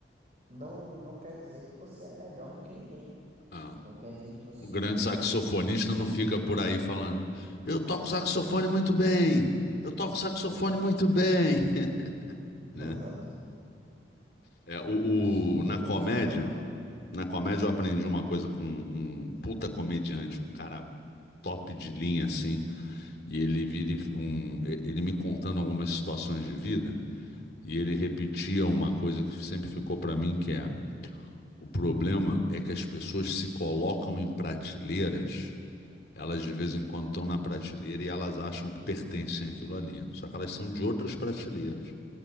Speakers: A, on the right (about 40°); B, on the left (about 60°).
A: não, não quer dizer que você é melhor do que ninguém.
B: Ah.
A: Não quer dizer que você
B: O grande saxofonista
A: precisa.
B: não fica por aí falando, eu toco saxofone muito bem, eu toco saxofone
A: Exato,
B: muito bem, <laughs>
A: <laughs>
B: né?
A: exato.
B: É, o,
A: Tudo isso. Ninguém
B: o- na
A: precisa
B: comédia,
A: provar.
B: na comédia eu aprendi uma coisa com um puta comediante, um cara top de linha assim, e ele vira e f- um, e- ele me contando algumas situações de vida, e ele repetia uma coisa que sempre ficou pra mim, que é, o problema é que as pessoas se colocam em prateleiras Elas de vez em quando estão na prateleira e elas acham que pertencem àquilo ali. Só que elas são de outras prateleiras.